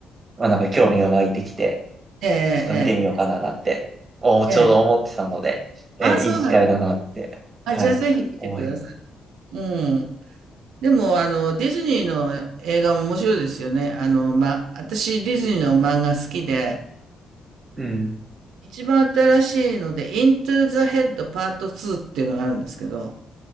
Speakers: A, on the right (about 30°); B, on the right (about 80°).
A: まあなんか興味が湧いてきて、
B: ええ、ええ、
A: ちょっと見てみようかななんて、おちょうど思ってたので、
B: ええ。
A: えーいい機会だなって、
B: あ、そうなんです。あ、
A: はい、
B: じゃあぜひ見てくださ
A: 思います。
B: い。うん。でも、あの、ディズニーの映画も面白いですよね。あの、ま、私、ディズニーの漫画好きで、
A: うん。
B: 一番新しいので、Into the Head Part 2っていうのがあるんですけど、